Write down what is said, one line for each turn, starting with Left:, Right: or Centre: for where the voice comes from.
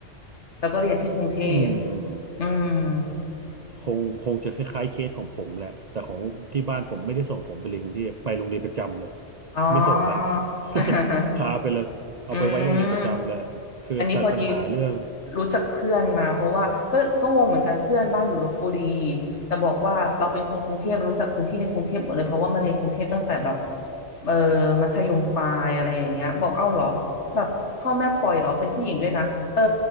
Left: แล้วก็เรียนที่กรุงเทพ
Right: อืม
Left: อืม
Right: คงคงจะคล้ายๆเคสของผมแหละแต่ของที่บ้านผมไม่ได้ส่งผมไปเรียนกรุงเทพไปโรงเรียนประจำเลย
Left: อ๋อ
Right: ไม่ส่งละ
Left: <laughs>
Right: <laughs> พาไปเลยเอาไปไว้โรงเรียนประจำเลยคือตัดปัญหาเรื่อง
Left: อืม อันนี้พอดีรู้จักเพื่อนมาเพราะว่าก็ก็งงเหมือนกันเพื่อนบ้านอยู่ลพบุรีแต่บอกว่าเราเป็นคนกรุงเทพรู้จักพื้นที่ในกรุงเทพหมดเลยเพราะว่ามาเรียนกรุงเทพตั้งแต่แบบเออมัธยมปลายอะไรอย่างเงี้ยบอกเอ้าเหรอแบบพ่อแม่ปล่อยเหรอเป็นผู้หญิงด้วยนะเออ